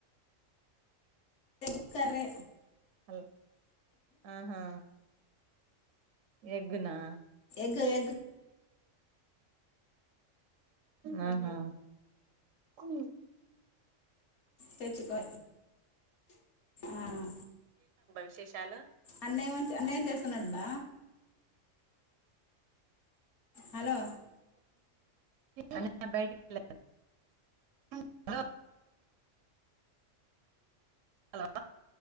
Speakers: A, on the left; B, on the right.
A: ఎగు కర్రె
B: అల్ ఆహా ఎగ్గునా.
A: గ ఎగ్
B: ఆహా కు
A: తెచ్చుకో ఆ
B: విశేషాలు
A: అన్నయ్యమ అన్నయ్యం చేస్తున్నాదంటన? హలో
B: అన్నయ్య బయటికెళ్లే హలో హలో